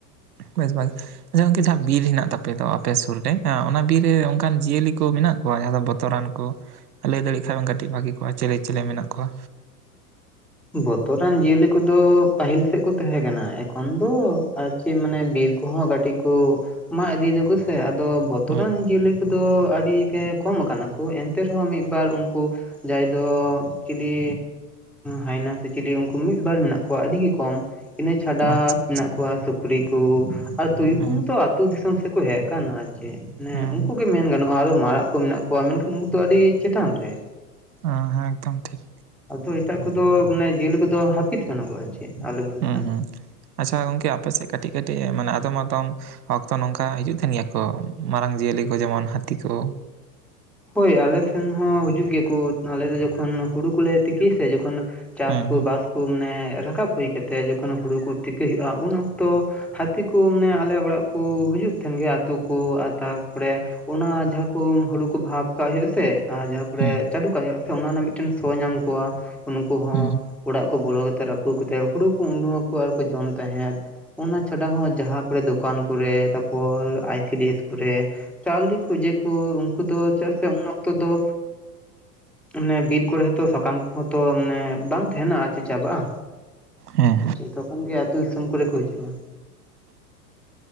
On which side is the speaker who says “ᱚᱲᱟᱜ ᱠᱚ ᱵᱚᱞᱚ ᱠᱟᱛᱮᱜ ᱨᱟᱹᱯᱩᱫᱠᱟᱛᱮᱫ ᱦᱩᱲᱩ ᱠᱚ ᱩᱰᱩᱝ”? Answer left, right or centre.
Centre